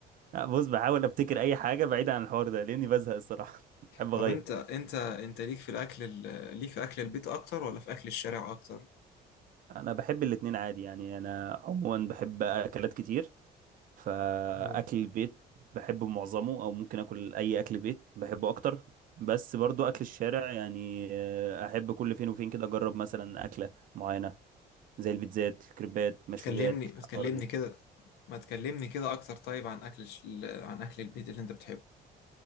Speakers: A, on the right; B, on the left.
A: آه، بص بحاول افتكر اي حاجه بعيده عن الحوار ده لاني بزهق الصراحه <laughs> بحب
B: طب
A: اغير
B: انت انت انت ليك في الاكل ال- ليك في اكل البيت اكتر ولا في اكل الشارع اكتر
A: انا بحب الاتنين عادي يعني انا عموما بحب اكلات كتير فاكل
B: اه
A: البيت بحبه معظمه او ممكن اكل اي اكل بيت بحبه اكتر بس برضو اكل الشارع يعني آه، احب كل فين وفين كده اجرب مثلا اكله معينه زي البيتزات الكريبات مشويات
B: تكلمني تكلمني
A: الحوار دي
B: كده ما تكلمني كده اكتر طيب عن اكل الش- عن اكل البيت اللي انت بتحبه